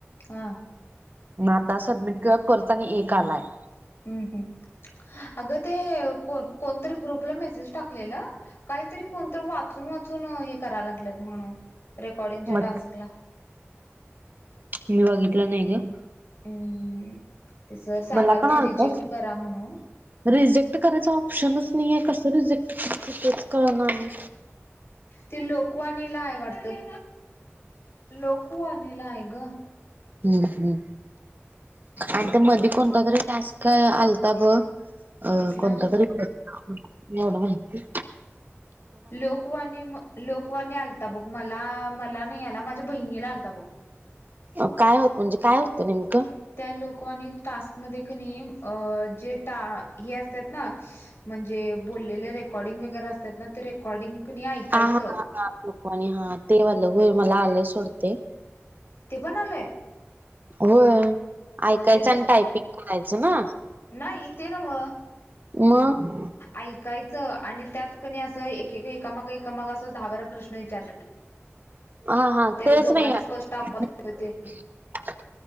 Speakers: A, on the left; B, on the right.
A: हां.
B: म आता सबमिट करताना एक आलाय.
A: हम हम. अगं ते कोणतरी ग्रुपला मेसेज टाकलेलं. काय तरी कोणतरी वाचून वाचून हे करायला लागल्याय म्हण, रेकॉर्डिंग
B: मग
A: चा टास्कला.
B: मी बघितलं नाही गं.
A: हम्म ते सर सांगाल
B: मला पण
A: ते,
B: आलतच
A: रिजेक्ट करा म्हणून.
B: रिजेक्ट करायचं ऑप्शनच नाहीये, कसं रिजेक्ट करायचं तेच कळना आणि.
A: ती लोकवाणीला आहे वाटतं, लोकवाणीला आहे गं.
B: हम हम. आणि ते मध्ये कोणता तरी टास्क आलता बग. <unintelligible>
A: कुठला
B: माहितीये.
A: लोकवाणी लोकवाणी आलता बघं, मला मला नाही आला, माझ्या बहिणीला आलता बघं.
B: अ काय होतं म्हणजे, काय होत नेमकं.
A: त्या लोकवाणीत टास्कमध्ये कणी अ.. जे टास्क हे असतात ना. म्हणजे बोलेले रेकॉर्डिंग वगैरे असतात ना ते, रेकॉर्डिंग कणी ऐकायचं.
B: आ <unintelligible> हा ते वालं होय मला आलंय सोड ते.
A: ते पण आलंय.
B: होय ऐकायचं
A: ते
B: आणि टायपिंग करायचं ना.
A: नाही, ते नव्ह
B: मग
A: ऐकायचं आणि त्यात कणी, असं एक- एकामाग- एकामाग, असं दहा बरा प्रश्न विचार
B: हा, हा,
A: त्या
B: तेच
A: दोघांचे
B: मयात
A: स्पष्ट आवाज ऐकू येते